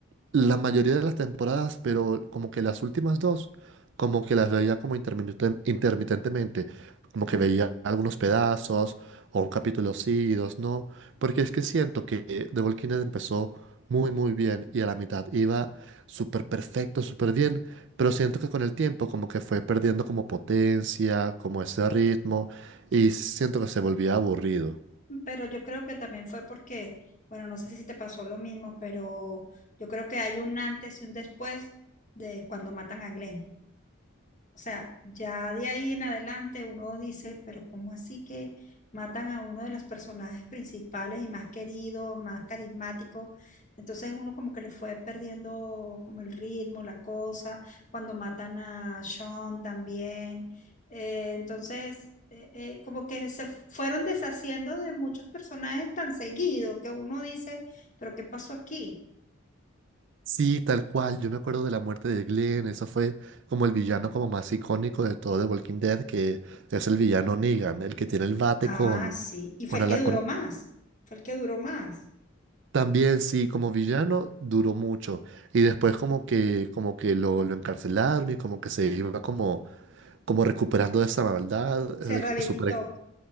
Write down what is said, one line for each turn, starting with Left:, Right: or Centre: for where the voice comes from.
Right: la mayoría de las temporadas, pero como que las últimas dos, como que las veía como intermitente- intermitentemente, como que
Left: Mm.
Right: veía algunos pedazos, o un capítulo sí y dos no, porque es que siento que The Walking Dead empezó muy muy bien y a la mitad iba súper perfecto, súper bien, pero siento que con el tiempo como que fue perdiendo como potencia, como ese ritmo, y siento que se volvía aburrido.
Left: Pero yo creo que también fue porque, bueno, no sé si te pasó lo mismo, pero yo creo que hay un antes y un después de cuando matan a Glenn. O sea, ya de ahí en adelante uno dice, pero ¿cómo así que matan a uno de los personajes principales y más querido, más carismático? Entonces uno como que le fue perdiendo como el ritmo, la cosa, cuando matan a Sean también. Eh, entonces, eh, eh, como que se fueron deshaciendo de muchos personajes tan seguido que uno dice, pero ¿qué pasó aquí?
Right: Sí, tal cual. Yo me acuerdo de la muerte de Glenn. Eso fue como el villano como más icónico de todo The Walking Dead, que es el villano Negan, el que tiene el bate
Left: Ah,
Right: con,
Left: sí, y fue
Right: con,
Left: el
Right: ala-
Left: que duró
Right: con-
Left: más, fue el que duró más,
Right: También sí, como villano duró mucho. Y después como que, como que lo, lo encarcelaron y como que se iba como, como recuperando de esa maldad,
Left: se rehabilitó.
Right: super